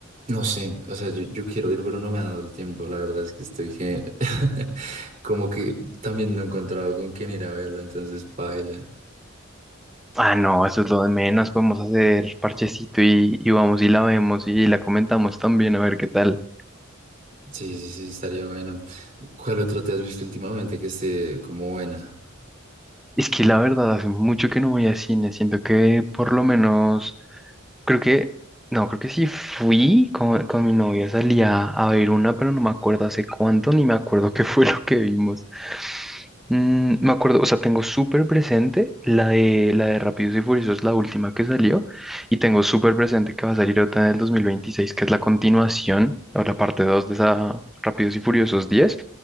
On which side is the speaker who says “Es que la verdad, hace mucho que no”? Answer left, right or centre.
Centre